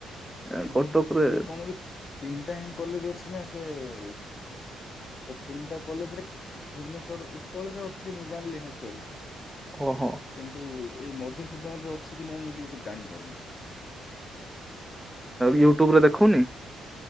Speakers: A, in the centre; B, on the left.
A: ଏ,
B: ନାଇଁ
A: କଟକରେ
B: ଭୁବ ସେ କଣ ବି ତିନିଟା ହି କଲେଜ ଅଛି ନା ସେ ତ ତିନିଟା କଲେଜରେ ଭୁବନେଶ୍ଵର ଉତ୍କଳରେ ଅଛି ମୁଁ ଜାଣିଲି ହଷ୍ଟେଲ।
A: ଓହୋ
B: କିନ୍ତୁ, ଏଇ ମଧୁସୂଦନରେ ଅଛି କି ନାଇଁ ମୁଁ ଟିକେ ଜାଣିପାରୁନାହିଁ।
A: ୟୁଟ୍ୟୁବରେ ଦେଖଉନି।